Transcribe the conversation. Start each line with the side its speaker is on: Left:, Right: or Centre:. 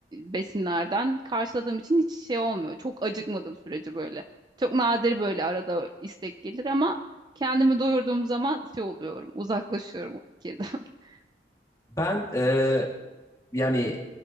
Right: besinlerden karşıladığım için hiç şey olmuyor. Çok acıkmadığım sürece böyle. Çok nadir böyle arada istek gelir ama kendimi doyurduğum zaman şey oluyorum, uzaklaşıyorum o fikirden. <laughs>
Left: ben e, yani